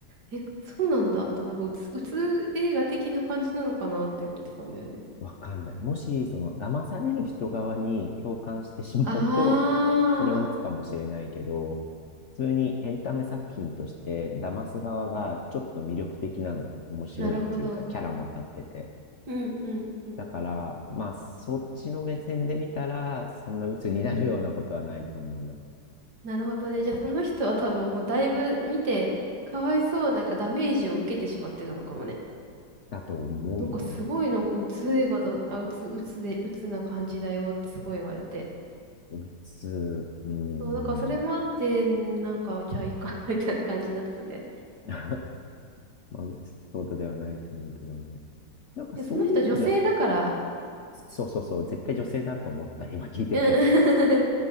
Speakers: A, on the right (about 65°); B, on the left (about 55°).
A: え、そうなんだと、なんか鬱、鬱映画的な感じなのかなって思ってたんだよね。
B: わかんない。もし、その、騙される人側に共感してしまうと、
A: あ
B: それは鬱かもしれないけど、普通にエンタメ作品として、騙す側がちょっと魅力的なのよ。面白いっていうか、
A: ー、なるほど。
B: キャラも立ってて。
A: うん、うん、うん。
B: だから、まあ、そっちの目線で見たら、そんな鬱になるようなことはないと思うな。
A: なるほどね。じゃあその人は多分もうだいぶ見て、かわいそうなんかダメージを受けてしまってたのかもね。
B: だと思うよ。
A: なんかすごいなんかうつえがだ、あ、うつ、うつで、うつな感じだよってすごい言われて。
B: 鬱、うーん。
A: そう、だからそれもあって、んなんかじゃあいいか <laughs> みたいな感じになってたんだよね。
B: <laughs> まあ、鬱ってことではないと思うけどね。なんかそういう意味じゃ、
A: いや、その人女性だから、
B: そうそうそう、絶対女性だと思った、今聞いてて。
A: うん